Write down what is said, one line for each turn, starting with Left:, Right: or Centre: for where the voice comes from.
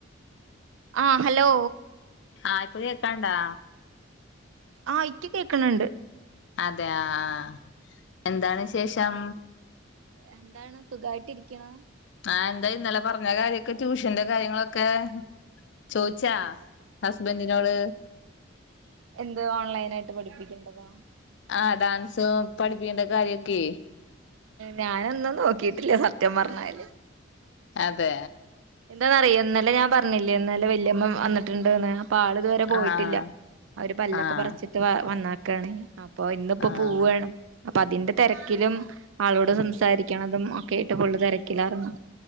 Right: ആ ഹലോ
Left: ആ ഇപ്പ കേക്കാണ്ടാ?
Right: ആഹ ഇക്ക് കേക്കണ് ണ്ട്
Left: അതെയാ ആ എന്താണ് വിശേഷം?
Right: എന്താണ് സുഖയിട്ട് രിക്ക്ണു
Left: ആ എന്തായിഇന്നലെ പറഞ്ഞ കാര്യൊക്കെ ട്യൂഷന്റെ കാര്യങ്ങളൊക്കെ? ചോയിച്ചാ ഹസ്ബന്റിനോട്?
Right: എന്ത് ഓൺലൈനായിട്ട് പഠിപ്പിക്കണ്ടതാ
Left: ആ ഡാൻസുപഠിപ്പിക്കേണ്ട കാര്യൊക്കെ
Right: ഞാനൊന്നും നോക്കിട്ടില്ലസത്യം പറഞ്ഞാല്.
Left: അതെ
Right: എന്താന്നറിയോ ഇന്നലെ ഞാൻ പറഞ്ഞില്ലേഇന്നലെ വല്യമ്മ വന്നിട്ടുണ്ട്ന്ന്. അപ്പ ആള് ഇതുവരെ പോയിട്ടില്ല
Left: ആഹ്
Right: അവര് പല്ലൊക്കെ
Left: ആഹ്
Right: പറച്ചിട്ട് വന്നാക്കാണ്. പ്പൊ ഇന്ന്പ്പേ
Left: ആഹ്
Right: പേവാണ് അപ്പ അതിന്റെ തിരക്കിലും ആളോട് സംസാരിക്കണതും ഒക്കെ ആട്ട് ഫുള് തിരക്കിലാര്ന്ന്.